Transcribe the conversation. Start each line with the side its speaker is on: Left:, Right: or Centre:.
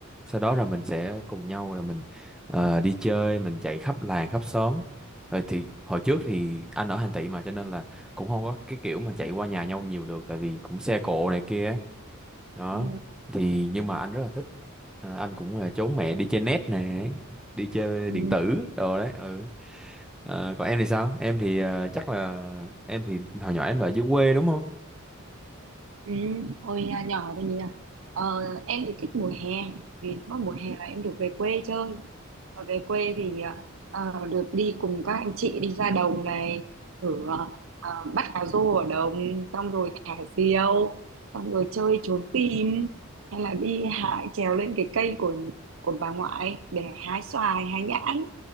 Centre: sau đó rồi mình sẽ cùng nhau là mình ờ, đi chơi mình chạy khắp làng khắp xóm rồi thì hồi trước thì anh ở thành thị mà cho nên là cũng không có cái kiểu mà chạy qua nhà nhau nhiều được tại vì cũng xe cộ này kia á. đó
Right: ừ
Centre: thì nhưng mà anh rất là thích Ờ, anh cũng là trốn mẹ đi chơi net nè đi chơi
Right: ừ
Centre: điện tử đồ đấy ừ Ờ, còn em thì sao em thì ờ, chắc là em thì hồi nhỏ em là ở dưới quê đúng không
Right: Ừ, hồi à, nhỏ thì nhỉ ờ, em thì thích mùa hè vì nếu mà mùa hè là em được về quê chơi ở về quê thì à, ờ, được đi cùng các anh chị đi ra đồng này thử ờ, ờ, bắt cá rô ở đồng xong rồi thả diều xong rồi chơi trốn tìm hay là đi hái trèo lên cái cây của của bà ngoại để hái xoài hái nhãn